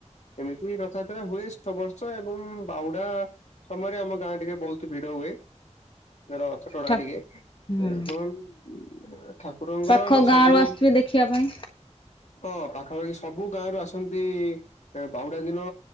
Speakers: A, on the left (about 75°); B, on the left (about 45°).
A: ଏମିତି ରଥଯାତ୍ରା ହୁଏ ସବୁ ବର୍ଷ ଏବଂ ବାହୁଡ଼ା ସମୟରେ ଆମ ଗାଁ ଟିକେ ବହୁତ ଭିଡ ହୁଏ ରଥ କଟଣା
B: ଠା
A: ଟିକେ
B: ହୁଁ
A: ଏ କଣ? ଉ ଠାକୁରଙ୍କର
B: ପାଖ
A: ବି
B: ଗାଁରୁ
A: ସବୁ
B: ଆସୁଥିବେ ଦେଖିବା ପାଇଁ
A: ହଁ ପାଖାପାଖି ସବୁ ଗାଁ ରୁ ଆସନ୍ତି ବାହୁଡା ଦିନ